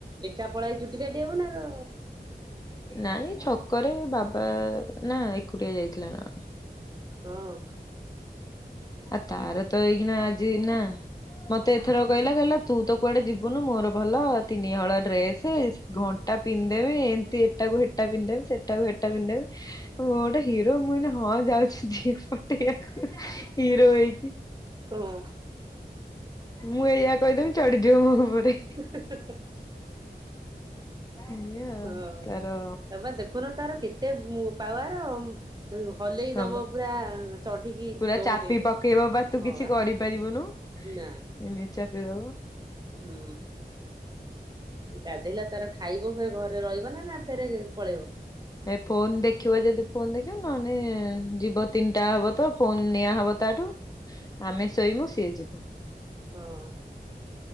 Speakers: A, on the right (about 25°); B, on the left (about 20°).
A: ଏକା ପଳାଇ ଆଇଛି ଚୁଟି କାଟିବାକୁ ନା ତ
B: ନାଇଁ ଛକରେ ବାବା ନା ଏକୁଟିଆ ଯାଇଥିଲା ନା
A: ହଁ।
B: ହ ଆ ତାର ତ ଏଇକିନା ଆଜି ନା ମତେ ଏଥର କହିଲା କହିଲା ତୁ ତ କୁଆଡେ ଯିବୁନୁ ମୋର ଭଲ ତିନିହଳ ଡ୍ରେସ ଘଣ୍ଟା ପିନ୍ଧିଦେବି ଏମିତି ଏଟାକୁ ହେଟା ପିନ୍ଧି ସେଟାକୁ ହେଟା ପିନ୍ଧିଦେବି। ଗୋଟେ ହିରୋ ମୁଁ ନା ହଁ ଯାଉଛି ଝିଅ ପଟେଇବାକୁ ହିରୋ ହେଇକି
A: ହଁ।
B: ମୁଁ ଏଇଆ କହିଦେବି ଚଢିଯିବ ମୋ ଉପରେ
A: <unintelligible>
B: ଏଇଆ ଆଉ
A: ହଁ
B: ତାର
A: ତ ବା ଦେଖୁନ ତାର କେତେ ପାୱାର ହଲେଇ
B: ହଁ
A: ଦବ
B: ବା
A: ପୁରା ଚଢିକି
B: ପୁରା
A: ଦୋହଲେଇ
B: ଚାପି
A: ଦବ
B: ପକେଇବ ବା ତୁ
A: ହଁବା
B: କିଛି କରିପାରିବୁନୁ
A: ନା।
B: ଏମିତି ଚାପିଦବ।
A: ହୁଁ ଗାଧେଇଲା ତାର ଖାଇବ ଫେରେ ଘରେ ରହିବ ନା ନା ଫେରେ ପଳେଇବ।
B: ଏ ଫୋନ ଦେଖିବ ଯଦି ଫୋନ ଦେଖିବ ନହେଲେ ଯିବ ତିନିଟା ହବ ତ ଫୋନ ନିଆ ହବ ତାଠୁ ଆମେ ଶୋଇବୁ ସିଏ ଯିବ
A: ହଁ।